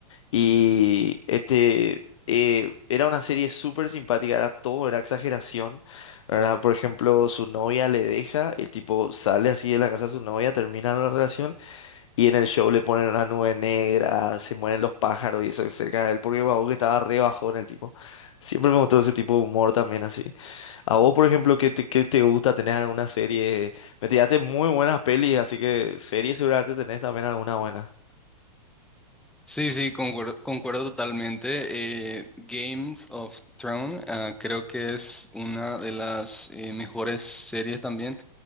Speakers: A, on the left; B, in the centre.
A: Y este eh, era una serie súper simpática, era todo, era exageración, ¿verdad? Por ejemplo, su novia le deja, el tipo sale así de la casa de su novia, termina la relación y en el show le ponen una nube negra, se mueren los pájaros y eso cerca de él, porque Babu que estaba re bajón el tipo. Siempre me gustó ese tipo de humor también así. A vos, por ejemplo, ¿qué te, qué te gusta tener alguna serie? Me tiraste muy buenas pelis, así que series seguramente tenés también alguna buena.
B: Sí, sí, concuerdo, concuerdo totalmente. eh, Games of Thrones, ah, creo que es una de las eh, mejores series también.